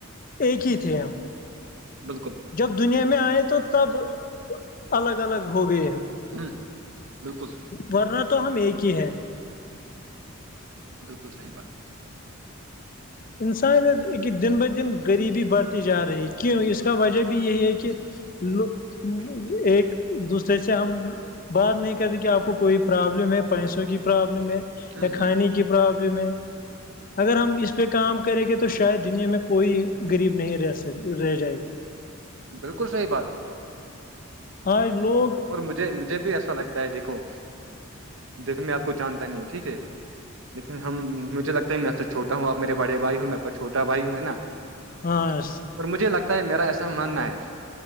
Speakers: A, on the left; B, on the right.
A: ایک ہی تھے ہم
B: بالکل
A: جب دنیا میں آئے تو تب الگ الگ ہو گئے ہیں
B: ہوں ہ بالکل
A: ورنہ تو ہم ایک ہی ہے
B: بالکل صحیح بات
A: انسانیت کہ دن بہ دن غریبی بڑھتی جا رہی ہے کیوں اس کا وجہ بھی یہی ہے کہ لو
B: بالکل
A: ایک دوسرے سے ہم بات نہیں کرتے کہ آپ کو کوئی پرابلم ہے پیسوں کی پرابلم ہے
B: ہوں
A: یا کھانے کی پرابلم ہے اگر ہم اس اس پہ کام کریں گے تو شاید دنیا میں کوئی غریب نہیں رہ سک رہ جائے گا
B: بالکل صحی بات
A: آج لوگ
B: اور مجھے مجھے بھی ایسا لگتا ہے دیکھو دیکھو میں آپ کو جانتا نہیں ہوں ٹھیک ہے لیکن ہم مھے لگتا ہے میں سے چھوٹا ہوںب میرے بڑے بائیوں میں آ کو چھوٹا بائی ہوں نا
A: ہاں
B: اور مجھے لگتا ہے میرا ایسا ماننا ہے